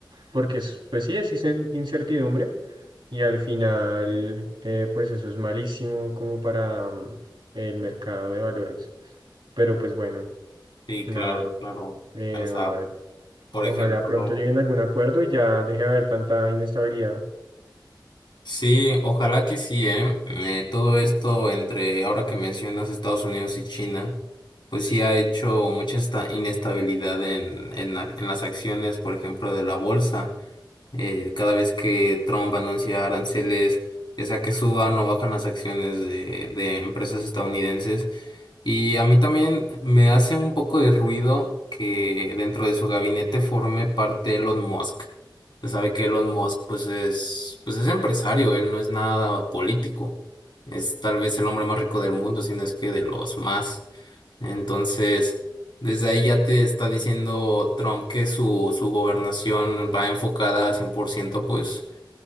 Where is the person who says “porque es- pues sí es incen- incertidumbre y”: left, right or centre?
Right